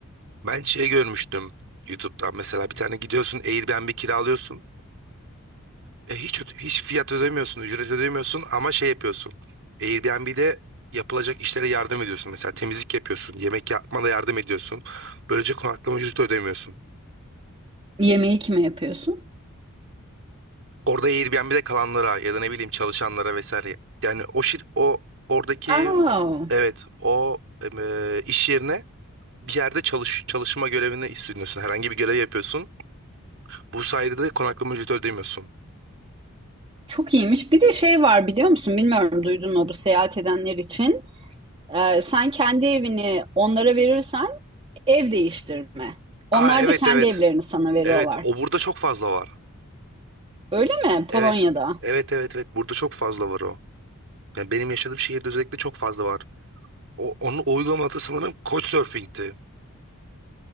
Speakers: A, on the right; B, on the right.
A: Ben şey görmüştüm YouTube'dan mesela bir tane gidiyorsun Airbnb kiralıyorsun. E, hiç öde- hiç fiyat ödemiyorsun, ücret ödemiyorsun ama şey yapıyorsun. Airbnb'de yapılacak işlere yardım ediyorsun. Mesela temizlik yapıyorsun, yemek yapmana yardım ediyorsun. Böylece konaklama ücreti ödemiyorsun.
B: Yemeği kime yapıyorsun?
A: Orada Airbnb'de kalanlara ya da ne bileyim çalışanlara vesaire. Yani o şir o oradaki
B: Aa,
A: evet o eee, iş yerine bir yerde çalış çalışma görevini üstleniyorsun. Herhangi bir görev yapıyorsun. Bu sayede de konaklama ücreti ödemiyorsun.
B: çok iyiymiş. Bir de şey var biliyor musun? Bilmiyorum duydun mu bu seyahat edenler için. Ee, sen kendi evini onlara verirsen ev değiştirme. Onlar
A: Aa evet
B: da kendi
A: evet.
B: evlerini sana veriyorlar.
A: Evet o burada çok fazla var.
B: Öyle mi?
A: Evet.
B: Polonya'da.
A: Evet evet evet burada çok fazla var o. Yani benim yaşadığım şehirde özellikle çok fazla var. O onun uygulaması sanırım Couchsurfing'ti.